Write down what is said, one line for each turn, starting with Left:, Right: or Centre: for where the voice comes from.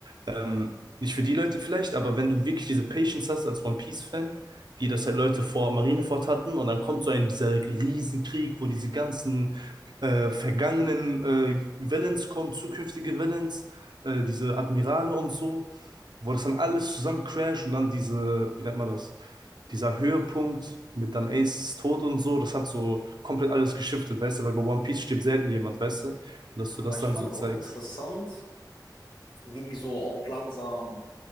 Right: Ähm, nicht für die Leute vielleicht, aber wenn du wirklich diese Patience hast als One Piece-Fan, wie das halt Leute vor Marineford hatten, und dann kommt so ein dieser Riesenkrieg, wo diese ganzen äh, vergangenen äh, Villains kommen, zukünftige Villains, äh, diese Admirale und so, wo das dann alles zusammen crasht und dann diese, wie nennt man das, dieser Höhepunkt mit dann Aces Tod und so, das hat so komplett alles geschiftet, weißt du, weil bei One Piece stirbt selten jemand, weißt
Left: Ja.
Right: du, und dass du
Left: Aber
Right: das
Left: ich
Right: dann
Left: fand
Right: so zeigst.
Left: auch interessant, wie die so auch langsam